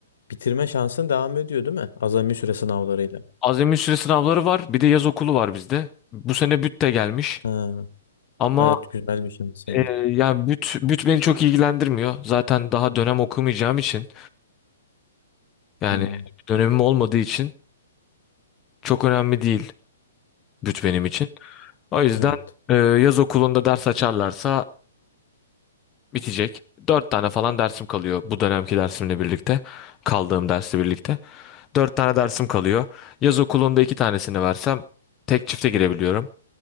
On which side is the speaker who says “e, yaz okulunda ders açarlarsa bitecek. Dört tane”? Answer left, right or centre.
Left